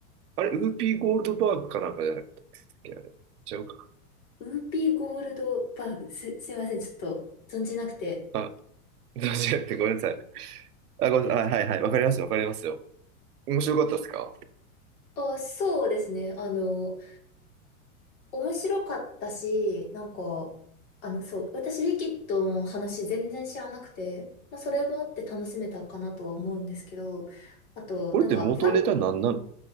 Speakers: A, on the right; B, on the left.
A: あれ、ウーピーゴールドバーグかなんかじゃなかったっけあれ。ちゃうか。
B: <laughs> ウーピーゴールドバーグ。す、すいません、ちょっと存じなくて。
A: あ、じゃなくてごめんなさい。あ、ごめんなさい。はいはいはい。わかりますよわかりますよ。面白かったですか
B: あ、そうですね。あの、面白かったし、なんか、あの、そう、私、ウィキッドの話全然知らなくて、まあ、それもあって楽しめたかなとは思うんですけど、あと、
A: これって元ネタなんなの
B: なんか、ファン、うん、